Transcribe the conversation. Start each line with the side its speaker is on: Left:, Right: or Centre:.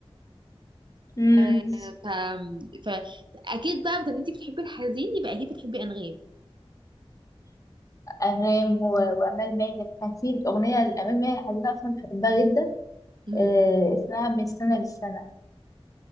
Left: امم
Right: آه، ف... ف اكيد بقى بدل انت بتحبي الحزين يبقى اكيد بتحبي انغام
Left: أنغام و- وأمال ماهر كان في أغنية لأمال ماهر حزينة أصلا بحبها جدا
Right: امم
Left: آه، اسمها من السنة للسنة